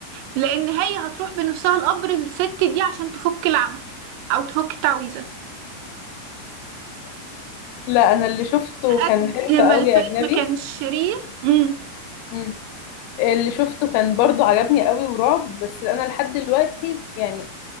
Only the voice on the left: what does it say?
لا انا اللي شفته
كان حلو
قوي
اجنبي
أمم. اللي شفته كان برضو عجبني قوي ورعب بس انا لحد دلوقتي يعني